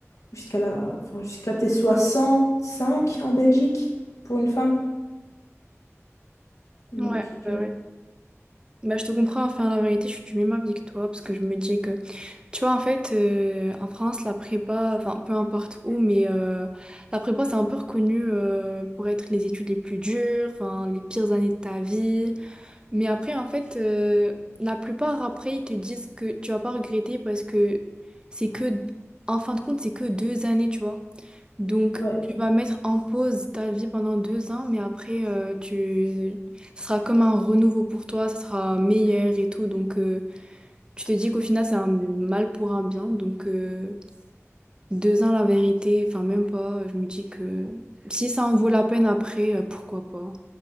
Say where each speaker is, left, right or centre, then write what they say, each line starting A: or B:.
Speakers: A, on the left; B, on the right.
A: jusqu'à la, enfin, jusqu'à tes soixante
B: Ouais,
A: cinq en Belgique pour une femme. Donc,
B: ouais, bah
A: euh,
B: ouais. Bah je te comprends, enfin la vérité, je suis du même avis que toi, parce que je me dis que Tu vois, en fait, euh, en France, la prépa, enfin, peu importe où, mais euh, la prépa, c'est un peu reconnu euh, pour être les études les plus dures, enfin, les pires années de ta vie. Mais après, en fait, euh, la plupart, après, ils te disent que tu vas pas regretter parce que c'est que, en fin de compte, c'est que deux années, tu vois. Donc,
A: ouais.
B: tu vas mettre en pause ta vie pendant deux ans, mais après, euh, tu... ça sera comme un renouveau pour toi, ça sera meilleur et tout, donc... euh, tu te dis qu'au final, c'est un mal pour un bien. Donc, euh, deux ans, la vérité, enfin, même pas. Je me dis que si ça en vaut la peine après, euh, pourquoi pas.